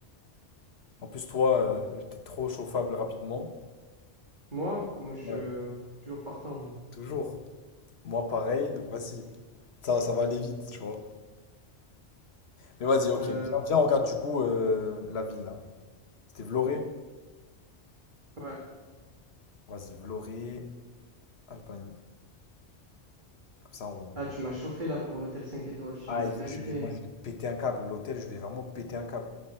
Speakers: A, on the left; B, on the right.
A: En plus, toi, euh, t'es trop chauffable rapidement.
B: Moi, moi, je
A: Ouais,
B: suis euh, toujours partant, moi.
A: toujours. Moi, pareil, donc vas-y. Ça, ça va aller vite, tu vois. Mais vas-y, ok,
B: Euh,
A: viens, viens, on regarde du coup euh, la ville là. C'était Vloré?
B: ouais.
A: Vas-y, Vloré, Alban. Comme ça, on,
B: Ah,
A: on-
B: tu m'as chauffé là pour l'hôtel 5 étoiles, je te
A: Aïe,
B: dis la vérité.
A: je- moi, je vais péter un câble. L'hôtel, je vais vraiment péter un câble.